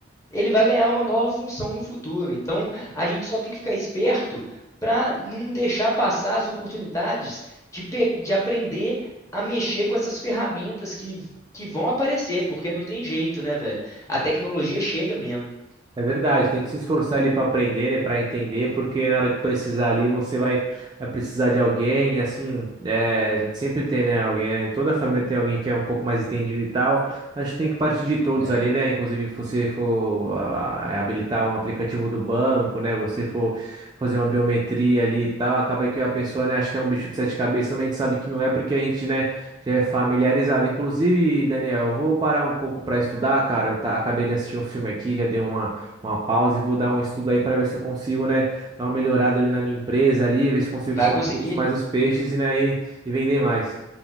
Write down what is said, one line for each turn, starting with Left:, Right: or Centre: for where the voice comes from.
Left: ele vai ganhar uma nova função no futuro. Então, a gente só tem que ficar esperto para não deixar passar as oportunidades de, pe- de aprender a mexer com essas ferramentas que, que vão aparecer, porque não tem jeito, né, velho? A tecnologia chega mesmo,
Right: É verdade, tem que se esforçar ali para aprender, né, para entender, porque na hora que precisar ali você vai, vai precisar de alguém, assim, é, a gente sempre tem, né, alguém, né, toda família tem alguém que é um pouco mais entendido e tal, acho que tem que partir de todos
Left: né?
Right: ali, né, inclusive se você for ah, habilitar um aplicativo do banco, né, você for fazer uma biometria ali e tal, acaba que a pessoa, né, acha que é um bicho de sete cabeças, mas a gente sabe que não é, porque a gente, né, já é familiarizado. Inclusive, Daniel, eu vou parar um pouco para estudar, cara, eu tá- acabei de assistir um filme aqui, já deu uma uma pausa e vou dar um estudo aí para ver se eu consigo, né, dar uma melhorada ali na minha empresa ali, ver se consigo
Left: Vai
Right: estudar
Left: conseguir.
Right: um pouco mais os peixes e, né, e, e vender mais.